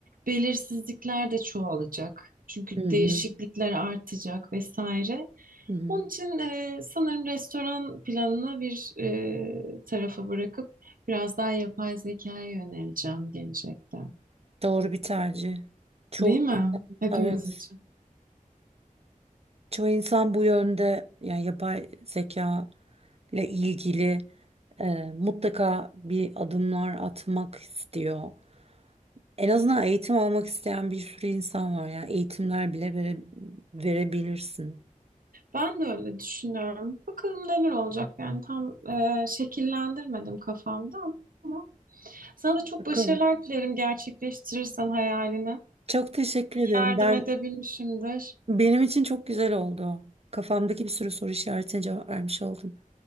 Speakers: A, on the right; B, on the right.
A: belirsizlikler de çoğalacak. Çünkü
B: Hı hı.
A: değişiklikler artacak vesaire.
B: Hı hı.
A: Onun için e, sanırım restoran planını bir e, tarafa bırakıp biraz daha yapay zekaya yöneleceğim gelecekte.
B: Doğru bir tercih. Çoğu
A: Değil mi? Hepimiz
B: evet.
A: için.
B: Çoğu insan bu yönde yani yapay zeka ile ilgili e, mutlaka bir adımlar atmak istiyor. En azından eğitim almak isteyen bir sürü insan var yani eğitimler bile vere- verebilirsin.
A: Ben de öyle düşünüyorum. Bakalım neler olacak yani tam e, şekillendirmedim kafamda ama sana da çok
B: Bakalım.
A: başarılar dilerim gerçekleştirirsen hayalini.
B: Çok teşekkür ederim.
A: Yardım
B: Ben
A: edebilmişimdir.
B: benim için çok güzel oldu. Kafamdaki bir sürü soru işaretine cevap vermiş oldum.